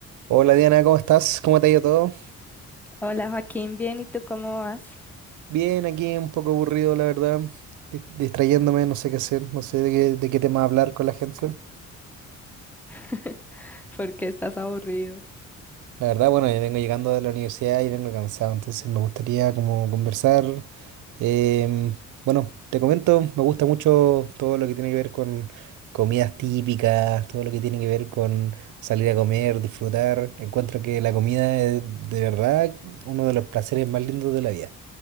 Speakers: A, on the right (about 80°); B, in the centre.
A: Hola Diana, ¿cómo estás? ¿Cómo te ha ido todo?
B: Hola Joaquín, bien, ¿y tú cómo vas?
A: Bien, aquí un poco aburrido, la verdad, dis- distrayéndome, no sé qué hacer, no sé de qué, de qué tema hablar con la gente.
B: <laughs> ¿Por qué estás aburrido?
A: La verdad, bueno, yo vengo llegando de la universidad y vengo cansado, entonces me gustaría como conversar. em, bueno, te comento, me gusta mucho todo lo que tiene que ver con comidas típicas, todo lo que tiene que ver con salir a comer, disfrutar. Encuentro que la comida es de verdad uno de los placeres más lindos de la vida.